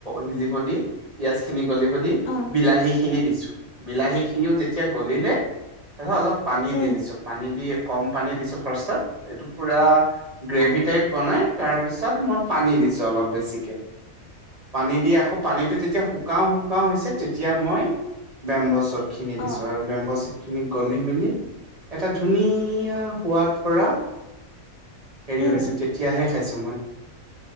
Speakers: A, on the right; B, on the left.
A: সিজিব দি পিয়াজখিনি গলিব দি
B: অ
A: বিলাহী খিনি দিছোঁ। বিলাহীখিনিও যেতিয়া গলিলে তাৰপিছত অলপ পানী দি
B: উম
A: দিছো পানী দি কম পানী দিছো ফাৰ্ষ্টত এইটো পুৰা গ্ৰেভি
B: অ
A: টাইপ বনাই তাৰপিছত মই পানী দিছো অলপ বেছিকে। পানী দি আকৌ পানীতটো যেতিয়া শুকাও শুকাও হৈছে তেতিয়া মই বেম্বছোদ খিনি দিছো
B: অ
A: আৰু বেম্ব'চোটখিনি গলি মেলি এটা ধুনীয়া সোৱাদ ভৰা হেৰি
B: উম
A: হৈছে তেতিয়াহে খাইছো মই।